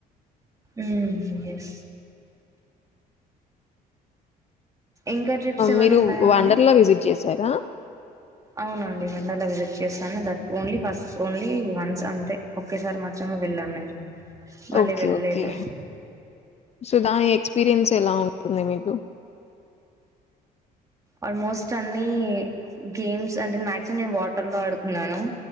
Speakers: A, on the right; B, on the left.
A: ఉమ్ ఎస్ ఇంకా ట్రిప్స్ ఏమైనా
B: మీరు
A: ఉన్నాయా అండి
B: వండర్లా విజిట్ చేసారా?
A: అవునండి వండర్లా విజిట్ చేశాను that only first only once అంతే ఒకేసారి మాత్రమే వెళ్ళాను నేను మళ్ళీ
B: ఓకే.
A: వెళ్ళలేదు
B: ఓకే. సో దాని ఎక్స్పీరియన్స్ ఎలా ఉంటుంది మీకు
A: ఆల్మోస్ట్ అన్ని గేమ్స్ అంటే మక్సిమమ్ వాటర్ లో ఆడుకున్నాను